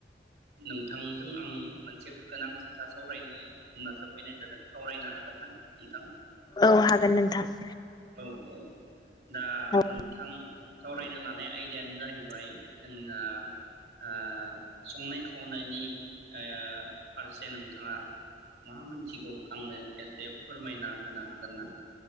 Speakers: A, on the right (about 75°); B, on the left (about 25°).
A: नोंथांजों आं मोनसे गोनां खोथा सावरायनो होननासो फैनाय जादों सावरायनो हागोन ना नोंथां?
B: औ हागोन नोंथां।
A: औ-औ दा
B: औ
A: नोंथां सावरायनो लानाय आयदायानो जाहैबाय जोंना ओ संनाय खावनाय खावनायनि ओ फारसे नों थाङा मा मोनथिगौ आंनो एसे फोरमायना होनो हागोन ना?